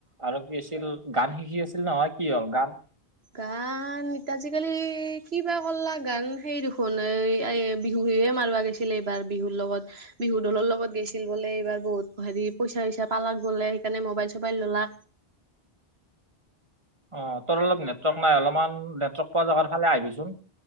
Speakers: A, on the right; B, on the right.
A: আৰু কি আছিল? গান শিকি আছিল নহয়, কি হ'ল গান
B: গান এতিয়া আজিকালি কিবা কলা গান সেই দুখোন এ বিহু বিহুৱে মাৰোৱা গৈছে আছিলে এইবাৰ বিহুৰ লগত। বিহু দলৰ লগত গৈছিল বোলে এইবাৰ বহুত হেৰি পইচা চইচা পালাক বোলে। সেইকাৰণে মোবাইল-চবাইল ললাক।
A: অ তোৰ অলপ নেটৱৰ্ক নাই, অলপমান নেটৱৰ্ক পোৱা যগাৰ ফালে আহিবিচোন।